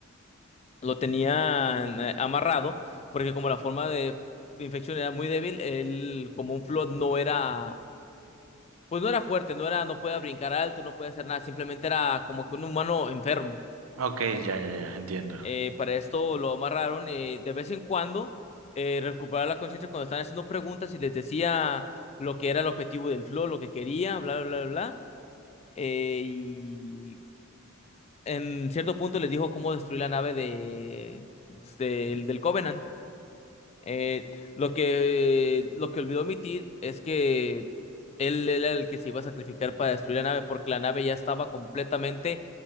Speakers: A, on the left (about 30°); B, on the right (about 80°).
A: Lo tenían eh, amarrado, porque como la forma de infección era muy débil, él como un flood no era, pues no era fuerte, no era, no podía brincar alto, no podía hacer nada, simplemente era como que un humano enfermo.
B: Ok, ya, ya, ya, entiendo.
A: Eh, para esto lo amarraron eh, de vez en cuando eh, recuperaba la conciencia cuando estaban haciendo preguntas y les decía lo que era el objetivo del flow, lo que quería, bla, bla, bla, bla. Eh, y en cierto punto les dijo cómo destruir la nave de, pues, del del Covenant. Eh, lo que, lo que olvidó omitir es que él era el que se iba a sacrificar para destruir la nave, porque la nave ya estaba completamente